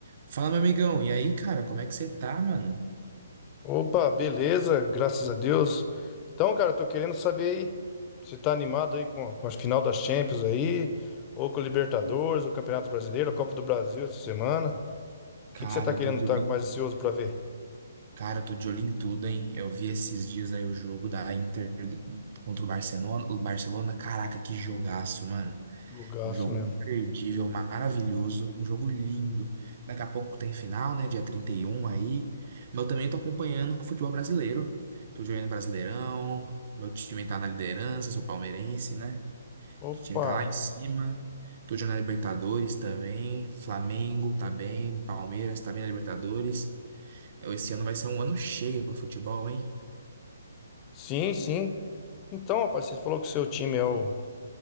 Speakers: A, on the right (about 50°); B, on the left (about 25°).
A: Fala, meu amigão. E aí, cara, como é que você tá, mano?
B: Opa, beleza, graças a Deus. Então, cara, tô querendo saber aí, você tá animado aí com, com a final das Champions aí, ou com o Libertadores, o Campeonato Brasileiro, a Copa do Brasil essa semana.
A: Cara,
B: O que que você tá
A: eu
B: querendo
A: tô de
B: estar
A: olho em...
B: mais ansioso pra ver?
A: Cara, eu tô de olho em tudo, hein? Eu vi esses dias aí o jogo da Inter contra o Barcelona. O Barcelona, caraca, que jogaço, mano.
B: Jogaço
A: Um jogo
B: mesmo.
A: imperdível, maravilhoso, um jogo lindo. Daqui a pouco tem final, né? Dia 31 aí. Mas eu também tô acompanhando o futebol brasileiro. Tô jogando Brasileirão, meu time tá na liderança, sou palmeirense, né? O
B: Opa,
A: time tá lá em cima. Tô jogando na Libertadores também. Flamengo tá bem. Palmeiras tá bem na Libertadores. É, Esse ano vai ser um ano cheio pra futebol, hein?
B: sim, sim. Então, rapaz, você falou que o seu time é o